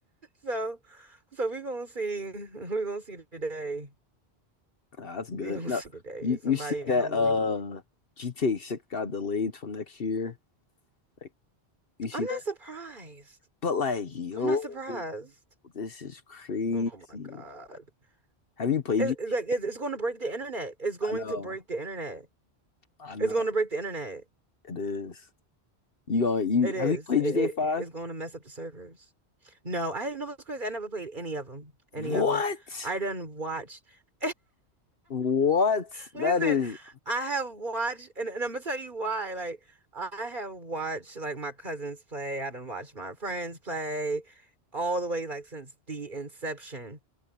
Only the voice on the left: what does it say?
that's good.
No,
you
you see
that
uh
GTA 6 got delayed till next year. Like you see
that?
But like, yo,
this is crazy.
Have you played
GTA?
I know,
I know,
it is. You gonna you
have you played
GTA
5?
What?
What?
That is.